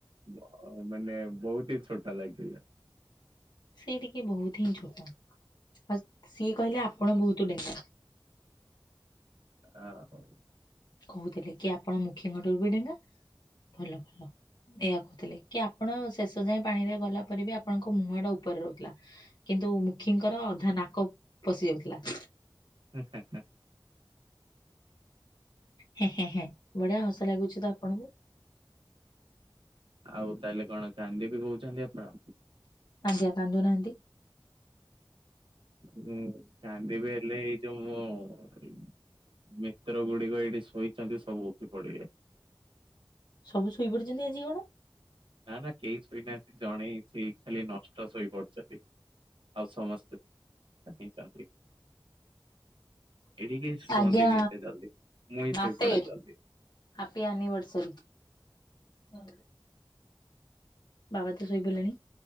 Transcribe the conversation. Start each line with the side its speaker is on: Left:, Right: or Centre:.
Right: ବ ମାନେ ବହୁଟି ଛୋଟ ଲାଗି ତିଲା।
Left: ସେ ଟିକେ ବୋହୁତ ହିଁ ଛୋଟ। ଅ ସିଏ କହିଲେ ଆପଣ ବୋହୁତୁ ଡେଙ୍ଗା।
Right: ଆ ହଉ।
Left: କହୁଥିଲେ କି ଆପଣ ମୁଖିଙ୍କ ଠାରୁ ବି ଡେଙ୍ଗା ଭଲ ଭଲ। ଏଇଆ କୋହୁଥୁଲେ କି ଆପଣ ଶେଷ ଯାଏଁ ପାଣିରେ ଗଲା ପରେ ବି ଆପଣଙ୍କ ମୁହଁଟା ଉପରେ ରହୁଥୁଲା। କିନ୍ତୁ ମୁଖୀଙ୍କର ଅଧା ନାକ ପଶି ଯାଉଥିଲା।
Right: ହୁଁ ହୁଁ ହୁଁ।
Left: ହେଁ ହେଁ ହେଁ ବଢିଆ ହସ ଲାଗୁଛି ତ ଆପଣଙ୍କୁ।
Right: ଆଉ ତାହେଲେ, କଣ କାନ୍ଦିବି କହୁଛନ୍ତି ଆପଣ?
Left: ଆଜ୍ଞା, କାନ୍ଧୁ ନାହାନ୍ତି।
Right: ହୁଁ, କାନ୍ଦିବି ହେଲେ ଏଇ ଯୋଉ ମୁଁ।, ମିତ୍ର ଗୁଡିକ ଏଇଠି ଶୋଇଛନ୍ତି। ସବୁ ଉଠି ପଡିବେ।
Left: ସବୁ ଶୋଇପଡିଛନ୍ତି ଆଜି କଣ?
Right: ନା, ନା, କେହି ଶୋଇନାହାନ୍ତି। ଜଣେଇ ସେଇ ଖାଲି ନଷ୍ଟ ଶୋଇପଡିଛନ୍ତି। ଆଉ ସମସ୍ତେ, ଚାହିଁଛନ୍ତି। ଏଠି କେହି ଶୁଅନ୍ତିନି,
Left: ଆଜ୍ଞା
Right: ଏତେ ଜଲଦି, ମୁଁ ହିଁ
Left: ମାତେ
Right: ଶୋଇପଡେ ଜଲଦି।
Left: Happy anniversary. ? ବାବା ତ ଶୋଇପଲେଣି